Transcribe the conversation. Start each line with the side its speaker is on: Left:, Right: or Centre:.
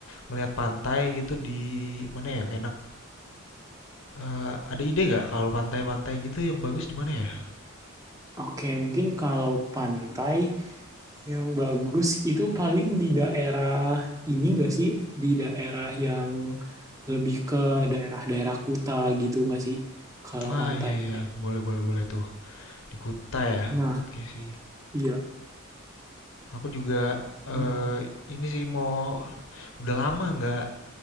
Left: ngelihat pantai gitu di mana yang enak. Eh, ada ide nggak kalau pantai-pantai gitu yang bagus di mana ya?
Right: Oke, mungkin kalau pantai, Yang bagus itu paling di daerah ini nggak sih? Di daerah yang lebih ke daerah-daerah Kuta gitu nggak sih? Kalau
Left: Ah
Right: pantai.
Left: iya iya, boleh boleh boleh tuh di Kuta ya.
Right: Nah,
Left: Oke sih.
Right: iya.
Left: Aku juga
Right: Nah,
Left: eh ini sih mau udah lama nggak